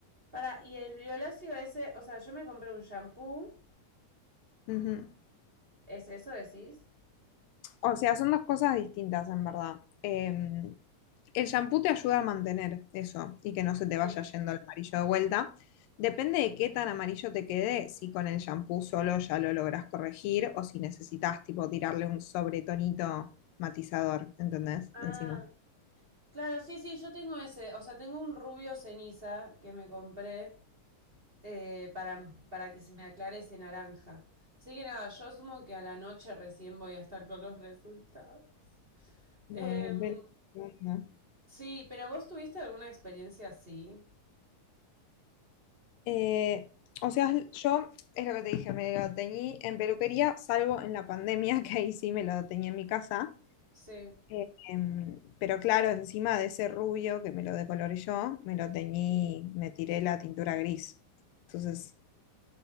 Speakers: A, on the right; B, on the left.
A: Para, y el violáceo ese, o sea, yo me compré un shampoo,
B: Ujú.
A: ¿es eso decís?
B: O sea, son dos cosas distintas en verdad. Em, el shampoo te ayuda a mantener eso y que no se te
A: Sí.
B: vaya yendo el amarillo de vuelta. Depende de qué tan amarillo te quede, si con el shampoo solo ya lo logras corregir o si necesitas tipo tirarle un sobretonito matizador, ¿entendés?
A: Ah,
B: Encima.
A: claro, sí, sí, yo tengo ese, o sea, tengo un rubio ceniza que me compré eh, para, para que se me aclare ese naranja. Así que nada, yo asumo que a la noche recién voy a estar con los resultados.
B: Bueno,
A: Em,
B: ve- ¿no?
A: sí, pero vos tuviste alguna experiencia así.
B: Eh, o sea, yo es lo que te dije, me lo teñí en peluquería, salvo en la pandemia, <laughs> que ahí sí me lo teñí en mi casa.
A: Sí.
B: Eh, em, pero claro, encima de ese rubio que me lo decoloré yo, me lo teñí, me tiré la tintura gris. Entonces